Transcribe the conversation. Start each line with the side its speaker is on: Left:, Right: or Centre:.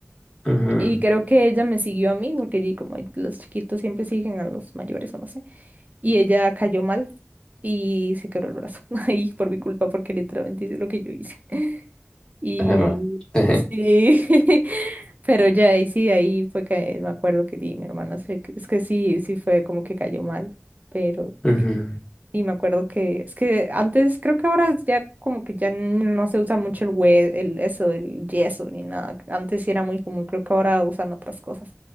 Left: ujú,
Right: Y creo que ella me siguió a mí, porque di- como los chiquitos siempre siguen a los mayores o no sé. Y ella cayó mal y se quebró el brazo <laughs> ahí por mi culpa, porque literalmente hice lo que yo hice. <laughs> Y
Left: ajá, más. <laughs>
Right: sí, <laughs> pero ya ahí sí, ahí fue que me acuerdo que di, mi hermana, se- es que sí, sí fue como que cayó mal, pero
Left: Ujú.
Right: y me acuerdo que es que antes, creo que ahora ya como que ya no se usa mucho el hue- el eso, el yeso ni nada. Antes sí era muy común, creo que ahora usan otras cosas.